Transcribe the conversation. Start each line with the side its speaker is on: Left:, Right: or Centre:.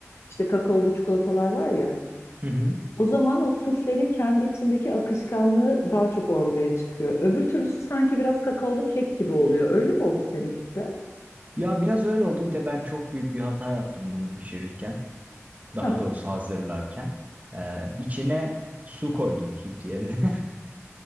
Left: işte kakaolu çikolatalar var ya.
Right: Hı hı.
Left: O zaman o suflenin kendi içindeki akışkanlığı daha çok ortaya çıkıyor. Öbür türlüsü sanki biraz kakaolu kek gibi oluyor. Öyle mi oldu seninkisi de?
Right: Ya biraz öyle oldu. Bir de ben çok büyük bir hata yaptım bunu pişirirken. Daha
Left: Hah,
Right: doğrusu hazırlarken. Ee, içine su koydum süt yerine. <laughs>